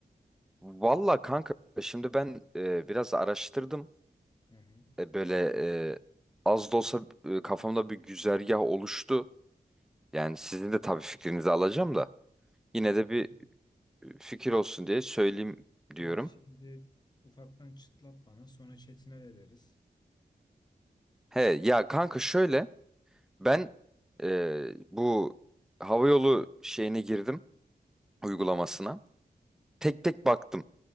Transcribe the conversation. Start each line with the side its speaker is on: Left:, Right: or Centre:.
Centre: Vallahi kanka şimdi ben e, biraz araştırdım.
Left: Hı hı.
Centre: E, böyle e, az da olsa e, kafamda bir güzergah oluştu. Yani sizin de tabii fikrinizi alacağım da. Yine de
Left: Hı
Centre: bir
Left: hı.
Centre: e, fikir olsun diye söyleyeyim diyorum.
Left: Evet, şimdi ufaktan çıtlat bana sonra Çetin'e de deriz.
Centre: He ya kanka şöyle ben e, bu havayolu şeyine girdim uygulamasına.
Left: Hı hı.
Centre: Tek tek baktım.